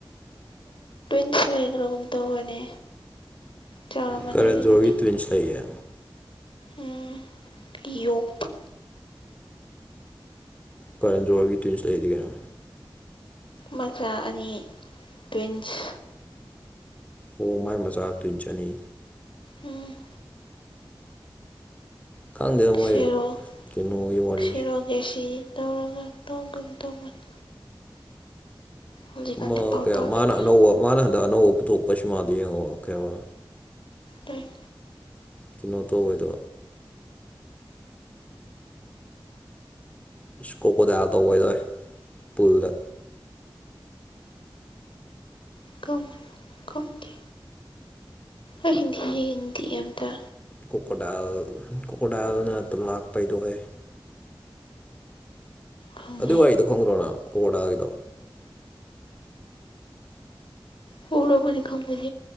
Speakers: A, on the left (about 70°); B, on the left (about 15°).
A: ꯁ ꯂꯩꯈ꯭ꯔꯥꯒꯨꯝ ꯇꯧꯕꯅꯦ ꯆꯥꯎꯔꯝꯃꯅꯤ
B: ꯀꯔꯖꯣꯔꯒꯤ
A: ꯑꯗꯨꯕꯨꯗꯤ
B: ꯇ꯭ꯋꯤꯟꯁ ꯂꯩꯌꯦ
A: ꯎꯝ ꯌꯣꯛꯄ
B: ꯀꯥꯔꯦꯟꯖꯣꯔꯋꯥꯒꯤ ꯇ꯭ꯋꯤꯟꯁ ꯂꯩꯗꯤ ꯀꯩꯅꯣ
A: ꯃꯆꯥ ꯑꯅꯤ ꯇ꯭ꯋꯤꯟꯁ
B: ꯑꯣ ꯃꯥꯏ ꯃꯆꯥ ꯇꯨ ꯏꯟ ꯆꯠꯅꯤ
A: ꯎꯝ
B: ꯈꯪꯗꯦꯗ
A: ꯁꯦꯔꯣ
B: ꯃꯣꯏ ꯀꯩꯅꯣꯒꯤ ꯋꯥꯔꯤ
A: ꯁꯦꯔꯣꯒꯦꯁꯤ ꯇꯧꯔꯒ ꯇꯧꯒꯨꯝ ꯇꯧꯕꯅꯤ ꯍꯧꯖꯤꯛꯀꯥꯟꯗꯤ
B: ꯑꯃ
A: ꯄꯥꯎ
B: ꯀꯩꯕꯥ
A: ꯇꯥꯈꯤꯗ꯭ꯔꯦ
B: ꯃꯥꯅ ꯑꯅꯧꯕ ꯃꯥꯅ ꯍꯟꯗꯛ ꯑꯅꯧꯕ ꯄꯨꯊꯣꯛꯄꯩ ꯁꯤꯃꯥꯗꯨ ꯌꯦꯡꯉꯕꯣ ꯀꯩꯕꯥ
A: ꯂꯥꯏꯔꯤꯛ
B: ꯀꯩꯅꯣ ꯇꯧꯕꯩꯗꯣ ꯑꯨꯁ ꯀꯣꯀꯣꯗꯥꯏꯜ ꯇꯧꯕꯩꯗꯣꯏ ꯍꯦ ꯄꯨꯜꯗ
A: ꯀꯃꯥꯏ ꯈꯪꯗꯦ ꯑꯩ ꯍꯤꯟꯗꯤ ꯍꯤꯟꯗꯤꯌꯦ ꯑꯝꯇꯥ
B: ꯀꯣꯀꯣꯔ ꯗꯥꯏꯜ ꯀꯣꯀꯣꯔ ꯗꯥꯏꯜꯅ ꯇꯨꯜ ꯂꯥꯛꯄꯩꯗꯣꯍꯦ
A: ꯈꯪꯗꯦ
B: ꯑꯗꯨ ꯋꯥꯏꯗꯣ ꯈꯪꯈ꯭ꯔꯣꯅ ꯑꯣꯗꯥꯒꯤꯗꯣ
A: ꯍꯔꯕꯨꯗꯤ ꯈꯝꯕꯦ